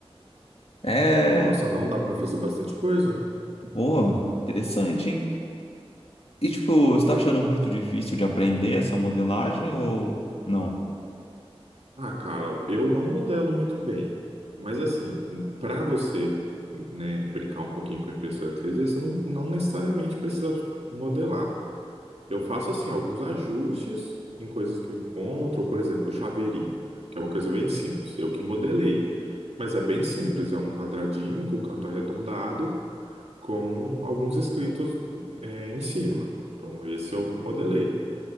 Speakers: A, on the left; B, on the right.
A: É.
B: Nossa, não dá pra fazer bastante coisa?
A: Pô, interessante, hein? E tipo, você tá achando muito difícil de aprender essa modelagem ou não?
B: Ah, cara, eu não modelo muito bem. Mas assim, pra você, né, brincar um pouquinho com a impressora 3D, você não, não necessariamente precisa modelar. Eu faço assim alguns ajustes em coisas que eu encontro, ou, por exemplo, o chaveirinho, que é uma coisa bem simples. Eu que modelei, mas é bem simples, é um quadradinho com canto arredondado com alguns escritos é, em cima. Então, esse eu modelei.